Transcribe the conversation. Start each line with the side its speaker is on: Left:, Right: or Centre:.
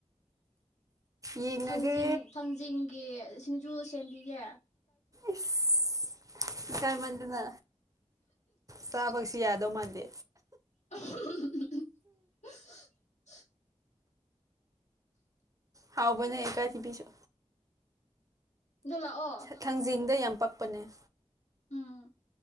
Right: ꯌꯦꯡꯉꯒꯦ
Left: ꯊꯥꯡꯖꯤꯡ ꯊꯥꯡꯖꯤꯡꯒꯤꯁꯤꯡ ꯖꯨꯁ ꯁꯦꯝꯦꯟꯕꯤꯒꯦ
Right: ꯏꯁ ꯀꯥꯏꯃꯟꯗꯅ ꯆꯥꯕꯁꯨ ꯌꯥꯗꯧ ꯃꯥꯟꯗꯦ
Left: <unintelligible>
Right: ꯍꯥꯎꯕꯅꯦ ꯑꯦꯥ ꯄꯤꯖ
Left: ꯗꯂ ꯑꯣ
Right: ꯊꯥꯡꯖꯤꯡꯗ ꯌꯥꯝ ꯄꯛꯄꯅꯦ
Left: ꯎꯝ